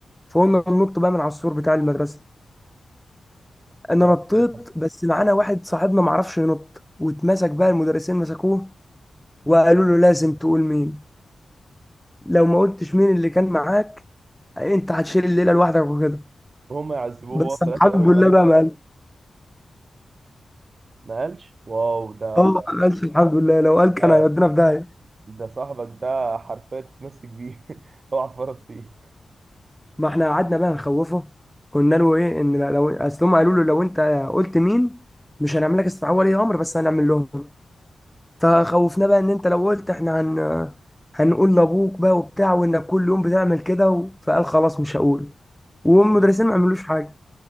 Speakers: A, in the centre; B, on the right.
A: فقلنا ننط بقى من على السور بتاع المدرسه انا
B: وبعدين
A: نطيت
B: ايه اللي حصل
A: بس معانا واحد صاحبنا معرفش ينط واتمسك بقى المدرسين مسكوه وقالوا له لازم تقول مين لو ما قلتش مين اللي كان معاك انت هتشيل الليله لوحدك وكده
B: وهم يعذبوه
A: بس
B: هو في
A: الحمد
B: الاخر قالوا
A: لله
B: ما قالش
A: بقى ما قال
B: ما قالش واو ده
A: اه ما
B: ده
A: قالش الحمد لله لو قال كان
B: ده,
A: هيودينا في داهيه
B: ده صاحبك ده حرفيا تتمسك بيه <laughs> اوعى تفرط فيه
A: ما احنا قعدنا بقى نخوفه قلنا له ايه ان لو اصل هم قالوا له لو انت قلت مين مش هنعمل لك استدعاء ولي امر بس هنعمل لهم فخوفنا بقى ان انت لو قلت احنا هن هنقول لابوك بقى وبتاع وانك كل يوم بتعمل كده و... فقال خلاص مش هقول والمدرسين
B: عشان-
A: ما عملوش حاجه